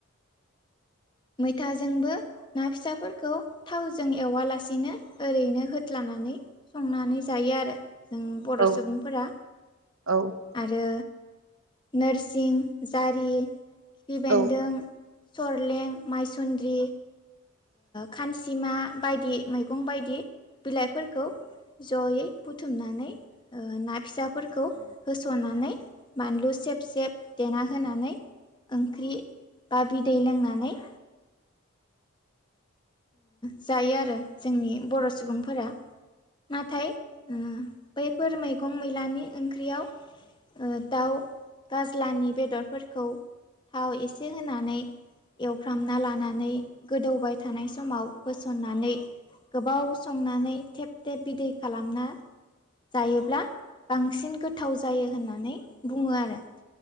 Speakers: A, on the left; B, on the right.
A: मैथाजोंबो ना फिसाफोरखौ थावजों एवालासिनो ओरैनो होदालानानै संनानै जायो आरो जों बर'
B: औ
A: सुबुंफोरा
B: औ औ
A: आरो नोरसिं जारि खिफि बेन्दों
B: औ
A: सरलें मायसन्द्रि खानसिमा बायदि मैगं बायदि बिलाइफोरखौ जयै बुथुमनानै ना फिसाफोरखौ होस'ननानै बानलुसि सेब सेब देना होनानै ओंख्रि बा बिदै लोंनानै जायो आरो जोंनि बर' सुबुंफोरा नाथाय ओ बैफोर मैगं मैलानि ओंख्रियाव दाउ गाज्लानि बेदरफोरखौ थाव एसे होनानै एवफ्रामना लानानै गोदौबाय थानाय समाव होसननानै गोबाव संनानै थेब थेब बिदै खालामना जायोब्ला बांसिन गोथाव जायो होननानै बुंङो आरो